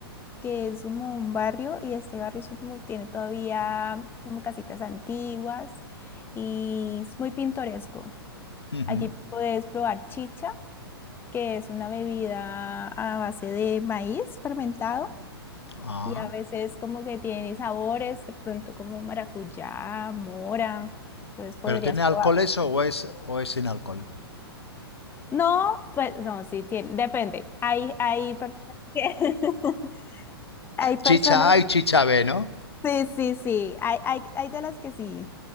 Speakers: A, on the left; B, on the left.
A: que es como un barrio y este barrio es como- tiene todavía como casitas antiguas y es muy pintoresco.
B: Ujú.
A: Allí puedes probar chicha, que es una bebida a base de maíz fermentado
B: Ah.
A: y a veces como que tiene sabores, de pronto como maracuyá, mora, entonces podrías
B: ¿Pero tiene
A: probar.
B: alcohol eso o es, o es sin alcohol?
A: No, pues no, sí tiene, depende. Hay, hay personas que <laughs> hay personas,
B: Chicha A y chicha B, ¿no?
A: sí, sí, sí, hay, hay, hay de las que sí.